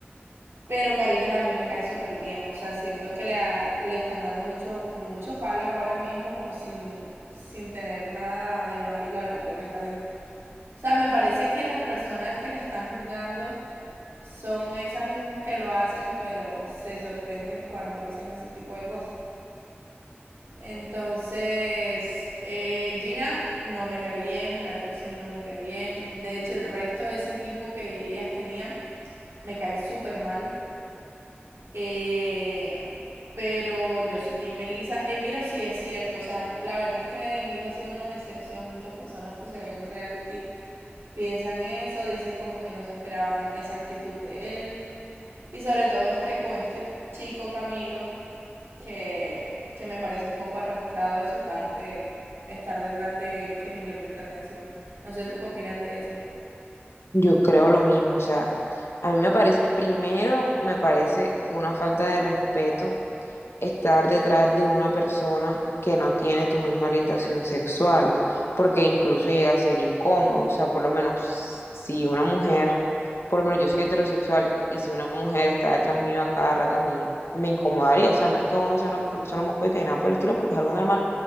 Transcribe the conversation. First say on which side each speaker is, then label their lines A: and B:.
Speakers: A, on the right; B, on the left.
A: Pero Karina también me cae súper bien. O sea, siento que le, ha- le están dando mucho, como mucho palo ahora mismo, como sin, sin tener nada de malo, la verdad, lo que está haciendo. O sea, me parece que las personas que le están juzgando son esas mismas que lo hacen, pero se sorprenden cuando hacen ese tipo de cosas. Entonces, eh, Gina no me cae bien, la Toxin no me cae bien. De hecho, el resto de ese equipo que ellas tenían me caen súper mal. Eh, pero yo soy Team Melissa. Emiro sí es cierto. O sea, la verdad es que Emiro ha sido una decepción. Muchas personas que se ven en reality piensan eso, dicen como que no se esperaban esa actitud de él. Y sobre todo este con este chico Camilo, que, que me parece un poco arrastrado de su parte estar detrás de él que ni le presta atención. No sé tú qué opinas de eso.
B: Yo creo lo mismo, o sea, a mí me parece, primero me parece una falta de respeto estar detrás de una persona que no tiene tu misma orientación sexual, porque incluso llega a ser incómodo, o sea, por lo menos si una mujer, por lo menos yo soy heterosexual y si una mujer está detrás mío a cada rato a mí me incomodaría, o sea, no es que uno sea una persona homofóbica ni nada por el estilo, porque es algo normal,